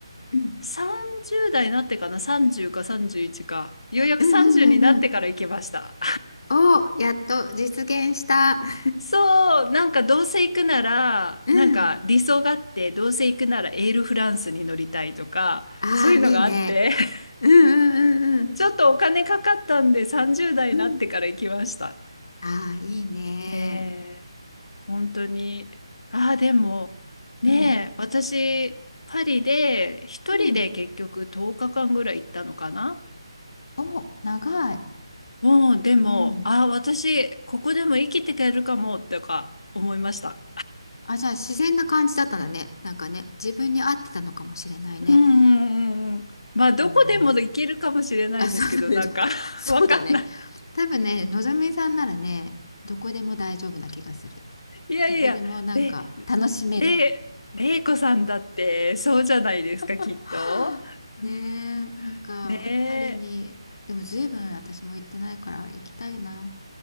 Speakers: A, on the left (about 45°); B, on the left (about 80°).
A: うん
B: 30代になってかな。30か31か。ようやく30になってから行けました。
A: うんうんうんうんおやっと実現した <laughs>
B: そう、なんかどうせ行くなら、
A: うん
B: なんか理想があって、どうせ行くならエールフランスに乗りたいとか、
A: ああーいいね
B: そういうのがあって、<laughs>
A: うんうんうん
B: ちょっとお金かかったんで30代になってから行きました。
A: うんうんああーいいね
B: ええ、本当に。ああ、でも、ねえ、
A: うん。
B: 私、パリで一人で結局10日間ぐらい行ったのかな
A: うん。お、長い。
B: もうでも、
A: うん。
B: ああ、私、ここでも生きていけるかも、とか思いました。
A: あ、じゃあ自然な感じだったんだね。なんかね、自分に合ってたのかもしれないね。
B: うんうんうんうん。まあ、どこでも行けるかもしれないですけど、
A: うん。あ、そうだね、
B: なんか
A: どこ、<laughs>
B: <laughs>
A: そうだね。
B: わかんない。
A: 多分ね、のぞみさんならね、どこでも大丈夫な気がする。
B: いやいや、
A: どこでもなんか楽しめる。
B: れ、れ、れいこさんだって、そうじゃないですか、
A: <gasps>
B: きっと。
A: はあねえ、
B: うん
A: なんかパリに、
B: ね
A: でもずいぶ分私も行ってないから行きたいな。